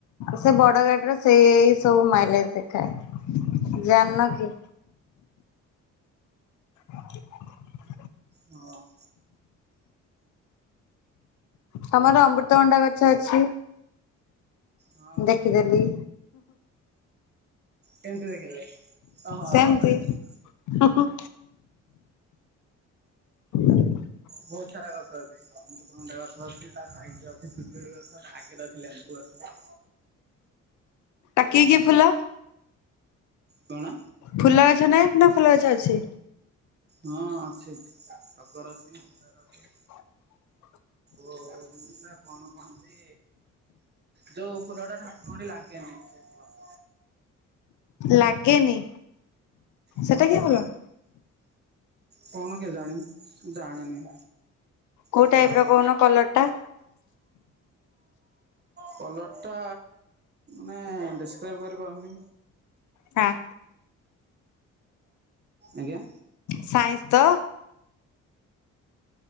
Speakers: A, on the left; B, on the right.
A: ସେ ବଡ ଗାଡିର ସେଇ ସବୁ ମାଇଲେଜ ଦେଖାଏ ଜାଣିନକି? ଆ <unintelligible>
B: ହଁ ହଁ।
A: ତମର ଅମୃତଭଣ୍ଡା ଗଛ ଅଛି।
B: ହଁ
A: ଦେଖିଦେଲି।
B: କେମିତି ଦେଖିଲେ? ଓହୋ
A: ସେମିତିହ
B: ଏପଟେ ଏପଟ
A: ହ। ହୁଁ <inaudible>
B: ବହୁତ ସାରା ଗଛ ଅଛି ଅମୃତ ଭଣ୍ଡା ଗଛ ଅଛି ତା ସାଇଡରେ ଅଛି। ପିଜୁଳି ଗଛ ତା ଆଗେରେ ଅଛି ଲେମ୍ବୁ ଗଛ।
A: ଆ କି କି ଫୁଲ?
B: କଣ?
A: ଫୁଲ ଗଛ ନାଇଁ ନା ଫୁଲ ଗଛ ଅଛି।
B: ହଁ ଅଛି ଟଗର ଅଛି ମନ୍ଦାର ଅଛି।
A: <unintelligible>
B: ଆଉ ସେଟା କଣ କହନ୍ତି? ଯୋଉ ଫୁଲ ଟା ଠାକୁରଙ୍କଠି ଲାଗେନି। ସେଇଫୁଲ <inaudible>
A: ଲାଗେନି
B: ହଁ
A: ସେଟା କି ଫୁଲ?
B: କଣ କେଜାଣି ଜାଣିନି।
A: କୋଉ
B: ଫୁଲଟାକୁ
A: ଟାଇପ ର କହୁନ କଲର ଟା?
B: କଲର୍ଟା ମାନେ ଡେସକ୍ରାଇବି କରିପାରୁନି।
A: ହଁ।
B: ଆଜ୍ଞା।
A: ସାଇନ୍ସ ତ?